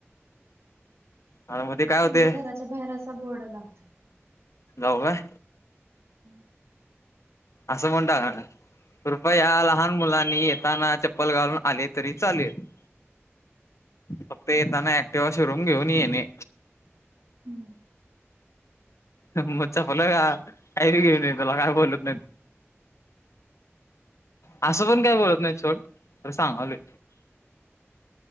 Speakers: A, on the left (about 85°); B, on the right (about 65°).
A: आणि मग ते काय होते
B: तुमच्या घराच्या बाहेर आसा बोर्ड लाव.
A: लावू काय?
B: हम्म.
A: आस म्हणू टाक कृपया लहान मुलांनी येताना चप्पल घालून आले तरी चालेल. फक्त येताना ऍक्टिवा शोरूम घेऊन येणे.
B: हम्म.
A: हा, मग चालू <unintelligible> हाय लाईट गेली, की तुला काय बोलत नाही. असं, पण काय बोलत, नाहीत सोड, पण सांगालोय.